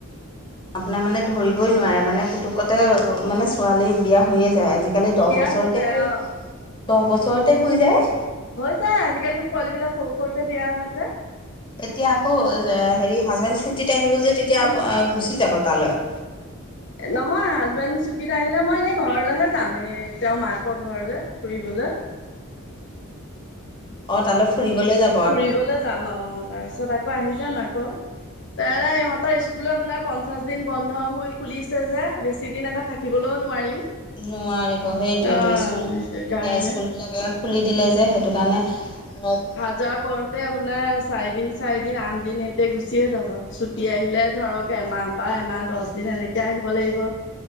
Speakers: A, on the left; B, on the left.
A: আপোনাৰ মানে ধৰিবই নোৱাৰে মানে পুতুকতে মানে ছোৱালী বিয়া হৈয়ে যায় আজি কালি দহ
B: বিয়া
A: বছৰতে
B: যায়
A: হৈ,
B: অ।
A: দহ বছৰতে হৈ যায়।
B: হৈ যায় আজি-কালি পোৱালিবিলাক সৰু- সৰুতে বিয়া হয় যে।
A: এতিয়া আকৌ এ হেৰি হাজবেণ্ড ছুটীত আহিব যে তেতিয়া আ গুচি যাব তালৈ।
B: নহয় হাজবেণ্ড ছুটীত আহিলে মই এনেই ঘৰলৈহে যাম। এই তেওঁৰ মাকৰ ঘৰলৈ ফুৰিবলৈ।
A: অ, তালৈ ফুৰিবলে যা
B: ফুৰিবলে যাম অ। তাৰপিছত আকৌ আহি যাম আক'। <unintelligible> ইহঁতৰ স্কুলো আপোনাৰ পঞ্চাছ দিন বন্ধ হৈ খুলিছে যে বেছি দিন আক' থাক থাকিবলেও নোৱাৰিম।
A: নোৱাৰিব সেইটোৱেটো
B: অ'
A: স্কুল
B: সেইটো কাৰণে।
A: এতিয়া স্কুলবিলাকে খুলি দিলে যে সেইটো কাৰণে <unintelligible>
B: পূজা কৰোঁতে আপোনাৰ চাৰিদিন, চাৰিদিন আঠ দিন সেতে গুচিয়ে যাব। ছুটি আহিলে ধৰক এমাহ বা এমাহ দছ দিন এনেকে আহিব লাগিব।